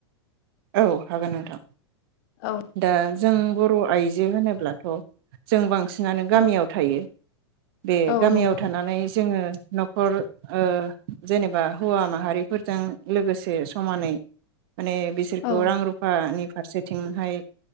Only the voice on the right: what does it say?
औ हागोन नोंथां।
दा जों बर'आइजो होनोब्लाथ' जों बां सिनानो गामियाव
थायो। बे
गामियाव
थानानै जोङो न'खर ओ जेनेबा हौवा माहारिफोरजों लोगोसे समानै माने बि खौ
रां रुफानि फारसेथिंहाय